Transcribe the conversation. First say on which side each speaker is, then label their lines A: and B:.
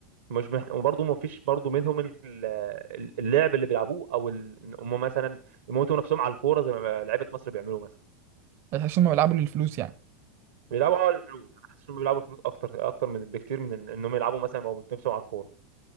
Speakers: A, on the right; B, on the right.
A: مش محت... وبرضه ما فيش برضه منهم ال- ال- اللعب اللي بيلعبوه او ال... إن هم مثلا يموتوا نفسهم على الكوره زي ما لعيبه مصر بيعملوا مثلا
B: تحس إنهم بيلعبوا للفلوس يعني
A: بيلعبوا اه للفلوس انا حاسس انهم بيلعبوا الفلوس اكتر اكتر من بكتير من إن- انهم يلعبوا مثلا او يموتوا نفسهم على الكوره